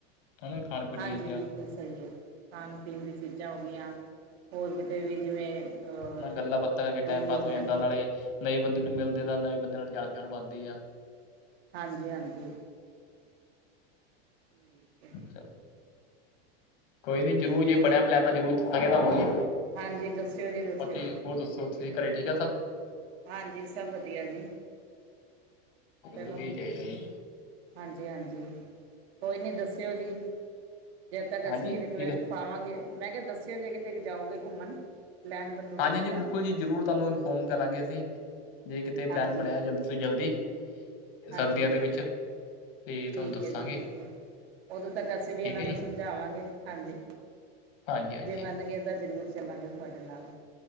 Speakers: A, on the left; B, on the right.
A: ਹਨਾ ਖਾਣ ਪੀਣ
B: ਹਾਂਜੀ
A: ਦੀ ਚੀਜ਼ਾਂ
B: ਬਿਲਕੁੱਲ ਸਹੀ ਆ ਖਾਣ ਪੀਣ ਦੀ ਚੀਜ਼ਾਂ ਹੋ ਗਈਆਂ ਹੋਰ ਕਿਤੇ ਵੀ ਜਿਵੇਂ ਅ
A: ਨਾਲ ਗੱਲਾਂ ਬਾਤਾਂ ਕਰਕੇ
B: ਕੋਈ
A: ਟਾਈਮ ਪਾਸ
B: ਗਿਆ
A: ਹੋ ਜਾਂਦਾ ਨਾਲੇ ਨਵੇਂ ਬੰਦੇ ਨੂੰ ਮਿਲਦੇ ਤਾਂ ਨਵੇਂ ਬੰਦੇ ਨਾਲ ਜਾਣ ਪਛਾਣ ਵੱਧਦੀ ਆ
B: ਹਾਂਜੀ ਹਾਂਜੀ ਠੀਕ ਹੈ
A: ਚਲੋ ਕੋਈ ਨੀ
B: ਬਿਲਕੁਲ
A: ਜਰੂਰ ਜੇ ਬਣਿਆ ਪਲੈਨ ਤਾਂ ਜਰੂਰ ਦੱਸਾਂਗੇ ਤੁਹਾਨੂੰ ਜੀ
B: ਹਾਂਜੀ ਦੱਸਿਓ ਜੀ ਦੱਸਿਓ
A: ਬਾਕੀ ਹੋਰ ਦੱਸੋ ਤੁਸੀਂ ਘਰੇ ਠੀਕ ਆ ਸਭ
B: ਹਾਂਜੀ ਸਭ ਵਧੀਆ ਜੀ ਚਲੋ
A: ਵਧੀਆ ਚਾਹੀਦਾ ਜੀ
B: ਹਾਂਜੀ ਹਾਂਜੀ ਕੋਈ ਨੀ ਦੱਸਿਓ ਜੀ ਜਦੋ ਤੱਕ
A: ਹਾਂਜੀ
B: ਅਸੀਂ ਰਿਕੁਐਸਟ
A: ਠੀਕ ਹੈ
B: ਪਾਵਾਂਗੇ ਮੈਂ ਕਿਹਾ ਦੱਸਿਓ ਜੇ ਕਿਤੇ ਜਾਓਗੇ ਘੁੰਮਣ ਪਲੈਨ ਬਣੂਗਾ
A: ਹਾਂਜੀ
B: ਤੁਹਾਡਾ
A: ਹਾਂਜੀ ਬਿਲਕੁੱਲ ਜੀ ਜ਼ਰੂਰ ਤੁਹਾਨੂੰ ਇਨਫੋਰਮ ਕਰਾਂਗੇ ਅਸੀਂ ਜੇ ਕਿਤੇ ਪਲੈਨ
B: ਹਾਂਜੀ
A: ਬਣਿਆ ਜਲਦੀ ਤੋਂ ਜਲਦੀ
B: ਹਾਂਜੀ
A: ਸਰਦੀਆਂ ਦੇ ਵਿੱਚ ਤੇ
B: ਠੀਕ
A: ਤੁਹਾਨੂੰ ਦੱਸਾਂਗੇ
B: ਹੈ ਜੀ, ਠੀਕ ਹੈ, ਉਦੋਂ ਤੱਕ ਅਸੀਂ ਵੀ
A: ਠੀਕ
B: ਇਹਨਾਂ
A: ਹੈ
B: ਨੂੰ
A: ਜੀ
B: ਸਮਝਾਵਾਂਗੇ ਹਾਂਜੀ।
A: ਹਾਂਜੀ ਹਾਂਜੀ
B: ਜੇ ਮੰਨ ਗਏ ਤਾਂ ਜ਼ਰੂਰ ਚੱਲਾਂਗੇ ਤੁਹਾਡੇ ਨਾਲ